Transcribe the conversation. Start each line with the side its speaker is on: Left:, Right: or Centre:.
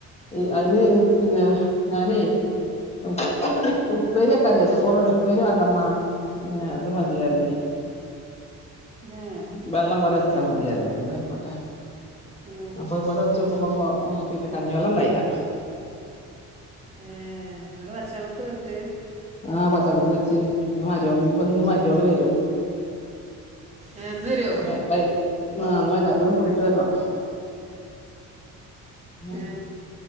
Left: ഇ അയിന് പിന്ന
Right: കുത്തി
Left: ഞാനേ <inaudible> ഉപ്പേരി വെക്കാൻ ചോയ്ച്ചപ്പൊ <unintelligible> ഉപ്പേരി വേണ്ടമ്മ പിന്നെ ത് മതി അർഞ്ഞ്
Right: ഏ
Left: വെള്ളം പോലെ വെച്ചാ മതി അർഞ്ഞ് അപ്പ ന്നായ്ക്കോട്ടെ
Right: ഏ
Left: പ്പഉ പോലെ വെച്ചോക്കുമ്പോ പ്പൊ പിന്നെ കഞ്ഞിവെള്ള ണ്ടായില്ല
Right: ഏഹ് വെറും പച്ചളളത്ത് വെക്ക്
Left: ആഹ് പച്ചള്ളത്തില് വെച്ച് ന്ന് മരിയോള് ന്ന് പ്പം ന്ന് മരിയോള് വരും
Right: ഏ എന്ന് വരുമോ
Left: വൈ വൈ ആഹ് ന്ന് വൈന്നാരത്ത് കൂട്ടീട്ട് വരണം ഉം
Right: ഏ